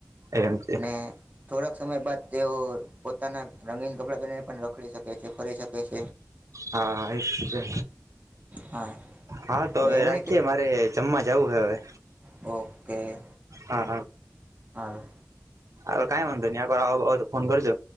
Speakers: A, on the right; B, on the right.
A: એમ છે
B: ને થોડાક સમય બાદ તેઓ પોતાના રંગીન કપડાં પને પણ રખડી શકે છે, ફરી શકે છે.
A: હા એ જ
B: હા
A: હા તો હવે
B: એમ નહીં
A: રાખીએ
B: કે
A: મારે જમા જવું હે હવે
B: ઓકે.
A: હા
B: હાલો.
A: હવે કાઈ વાંધો નહી આવો તો ફોન કરજો